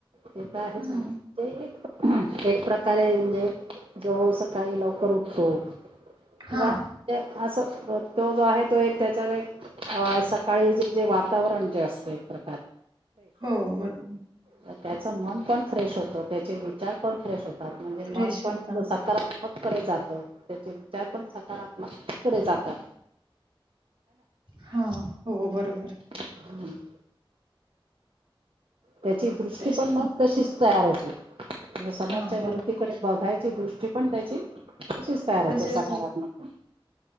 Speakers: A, on the right (about 80°); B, on the right (about 65°).
A: ते तर आहेच
B: हं,
A: म्हणा. ते एक, एक प्रकारे म्हणजे जो सकाळी लवकर उठतो, किंवा
B: हां.
A: ते, असं तो जो आहे तो एक त्याच्यात एक हं सकाळी जे, जे वातावरण जे असते प्र
B: हो बरोबर.
A: त त्याच मन पण फ्रेश होतं, त्याचे विचार पण फ्रेश होतात, म्हणजे
B: फ्रेश
A: मन पण
B: होता.
A: सकारात्मक मग कडे जातं त्याचे विचार पण सकारात्मक कडे जातात.
B: हा, हो बरोबर
A: हम्म, त्याची दृष्टी
B: तेच
A: पण मग
B: तर.
A: तशीच तयार होते. म्हणजे समोरच्या
B: हां,
A: व्यक्तीकडे
B: बरोबर.
A: बघायची दृष्टी पण त्याची तशीच तयार होते
B: तसेच
A: सकारात्मक.